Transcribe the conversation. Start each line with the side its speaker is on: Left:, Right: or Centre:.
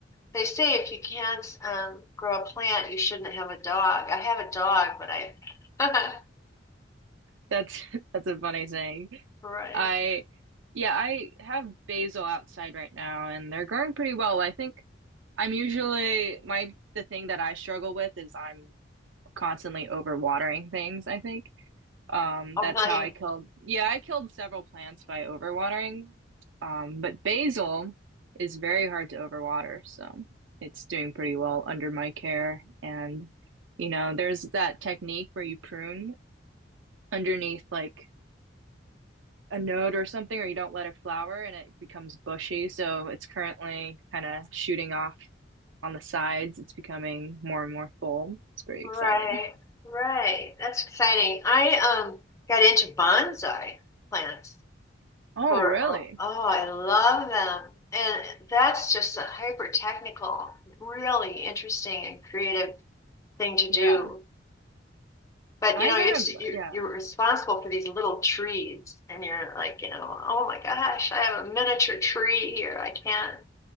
Left: they say if you can't um grow a plant, you shouldn't have a dog. I have a dog, but I
Right: That's <laughs> that's a funny saying.
Left: <laughs> Right.
Right: I yeah, I have basil outside right now and they're growing pretty well. I think I'm usually my the thing that I struggle with is I'm constantly overwatering things, I think. Um,
Left: Oh,
Right: that's
Left: really?
Right: how I killed yeah, I killed several plants by overwatering. Um, but basil is very hard to overwater, so it's doing pretty well under my care. And you know, there's that technique where you prune underneath like a node or something, or you don't let it flower and it becomes bushy. So it's currently kind of shooting off on the sides. It's becoming more and more full. It's very
Left: Right,
Right: exciting.
Left: right. That's exciting. I um got into bonsai plants
Right: Oh,
Left: for
Right: really?
Left: um, oh, I love them. And that's just a hyper technical, really interesting and creative thing to
Right: Yeah.
Left: do. But
Right: I
Left: you know,
Right: got
Left: it's
Right: a,
Left: you're
Right: yeah.
Left: you're responsible for these little trees and you're like, you know, oh my gosh, I have a miniature tree here. I can't